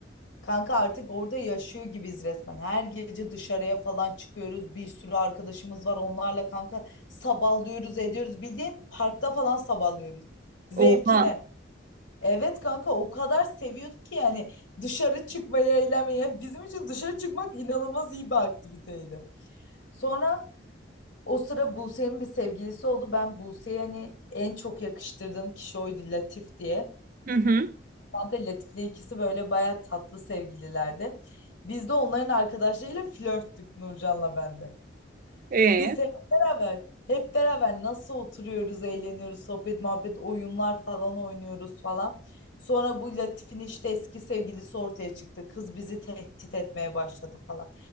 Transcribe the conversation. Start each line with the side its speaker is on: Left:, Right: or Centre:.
Left: Kanka artık orada yaşıyor gibiyiz resmen. Her gece dışarıya falan çıkıyoruz. Bir sürü arkadaşımız var. Onlarla kanka sabahlıyoruz, ediyoruz. Bildiğin parkta falan sabahlıyoruz. Zevkine.
Right: Oha.
Left: Evet kanka o kadar seviyorduk ki yani dışarı çıkmayı, eğlenmeyi. Yani bizim için dışarı çıkmak inanılmaz iyi bir aktiviteydi. Sonra o sıra Buse'nin bir sevgilisi oldu. Ben Buse'ye hani en çok yakıştırdığım kişi oydu Latif diye.
Right: Hı hı.
Left: Kanka Latif'le ikisi böyle baya tatlı sevgililerdi. Biz de onların arkadaşlarıyla flörttük Nurcan'la ben de.
Right: Ee?
Left: Biz hep beraber, hep beraber nasıl oturuyoruz, eğleniyoruz, sohbet, muhabbet, oyunlar falan oynuyoruz falan. Sonra bu Latif'in işte eski sevgilisi ortaya çıktı. Kız bizi tehdit etmeye başladı falan.